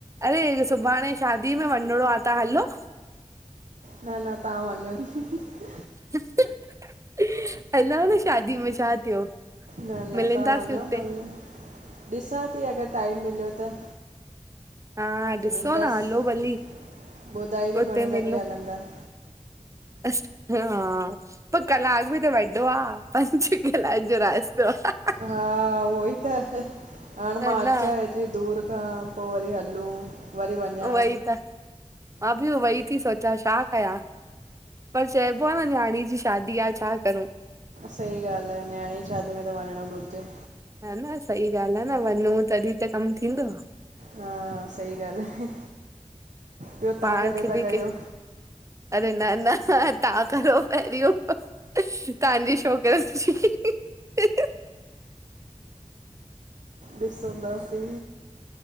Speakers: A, on the right (about 25°); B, on the right (about 75°).
A: अरे! सुभाणे शादी में वञिणो आ तां हलो
B: न न तां वञो खिलण जी आवाज़
A: ही, ह, हलऊं न शादी में छा थियो?
B: न न
A: मिलंदासीं
B: तां वञो
A: हुते
B: भले ॾिसां थी, अगरि टाइम मिलियो त
A: हा ॾिसो
B: ईंदसि
A: न हलो भली,
B: ॿुधाइजो
A: हुते
B: घणे
A: मिलूं
B: लॻे हलंदा
A: अस् हा पो कलाॅक बि त वॾो आ, पंॼ कलाॅक जो रास्तो आ
B: हा वई त हाणे
A: ह
B: मां
A: न
B: अचा एतिरी दूर खां पो वरी हलूं वरी वञा
A: वइ त, मां बि वई थी सोचां छा कयां? पर चइॿो आ, न नियाणी जी शादी आ छा करूं।
B: सही ॻाल्हि आ, न्याणी जी शादी में त वञिणो घुरिॼें
A: हन सही ॻाल्हि आ न वञूं तॾहिं त कमु थींदो।
B: हा सही गाल्हि आहे ॿियो तव्हां
A: पाण
B: कॾहिं
A: खें
B: था
A: बि
B: कयो
A: के अरे न न, तां करो पहिरीयो तहांजी छोक <unintelligible>
B: ॾिसदांसी